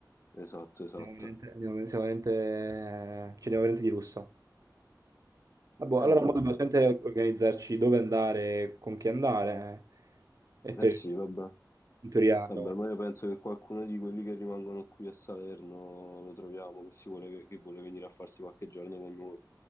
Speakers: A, on the left; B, on the right.
A: Esatto, esatto.
B: Andiamo veramente, andiamo- siamo veramente, eh, ci andiamo veramente di lusso. Ah, boh,
A: E
B: allora
A: vabbè.
B: mo dobbiamo sempre organizzarci dove andare, con chi andare. eh. E per
A: Eh sì, vabbè.
B: in teoria abbiamo-
A: Vabbè, ma io penso che qualcuno di quelli che rimangono qui a Salerno lo troviamo, che, si vuole, che vuole venire a farsi qualche giorno con noi.